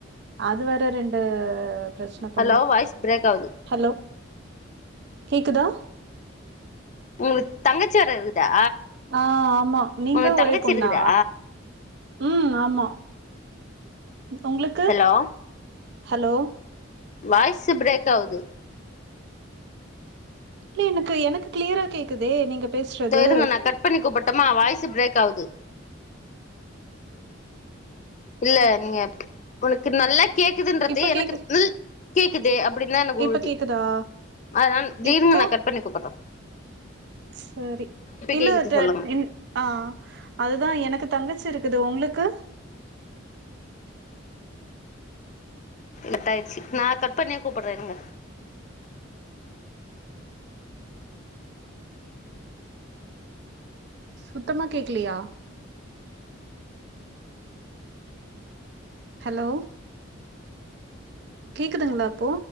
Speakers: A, on the right; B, on the left.
A: அது வேற ரெண்டு பிரச்சன
B: ஹலோ
A: பண்ணு
B: வாய்ஸ் பிரேக் ஆகுது
A: ஹலோ கேக்குதா
B: உங்களுக்கு தங்கச்சி வேற இருக்குதா
A: ஆ ஆமா நீங்க
B: உங்களுக்கு
A: ஒரே
B: தங்கச்சி
A: பொண்ணா
B: இருக்குதா
A: ம் ஆமா உங்களுக்கு
B: ஹலோ
A: ஹலோ
B: வாய்ஸ்சு பிரேக் ஆகுது
A: கிளின் மூக்கு எனக்கு கிளியரா கேக்குது நீங்க பேசுறது
B: இருங்க நான் கட் பண்ணி கூப்பட்டம்மா வாய்ஸ் பிரேக் ஆகுது இல்ல நீங்க உனக்கு நல்லா கேக்குதுன்றது
A: இப்ப
B: எனக்கு
A: கேக்குது
B: ல் கேக்குது அப்டின்ன எனக்கு
A: இப்ப
B: உழுது
A: கேக்குதா
B: அதனால
A: இப்போ
B: இருங்க நான் கட் பண்ணி கூப்பிறே
A: சரி இல்ல
B: கேக்குது
A: <unintelligible>
B: சொல்லுங்க
A: ஆ அதுதா எனக்கு தங்கச்சி இருக்குது உங்களுக்கு
B: கட்டாயிச்சு நா கட் பண்ணியே கூப்பிறே இருங்க
A: சுத்தமா கேக்கலயா ஹலோ கேக்குதுங்களா இப்போ